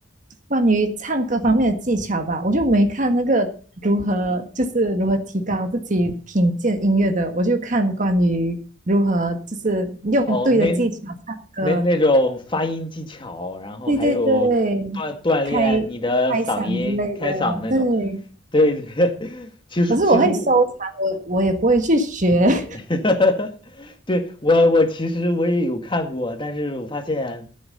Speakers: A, on the right (about 40°); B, on the left (about 25°).
A: 关于唱歌方面的技巧吧，我就没看那个如何就是如何提高自己品鉴音乐的，我就看关于如何就是用对的技巧唱歌，
B: 哦，那那那种发音技巧，然后还有锻锻炼你的嗓音、
A: 对对对，开开嗓之类的，
B: 开嗓那种，
A: 对。
B: 对对。<laughs> 其实其实我
A: 可是我会收藏，我我也不会去学，
B: <laughs> 对，我我其实我也有看过，但是我发现，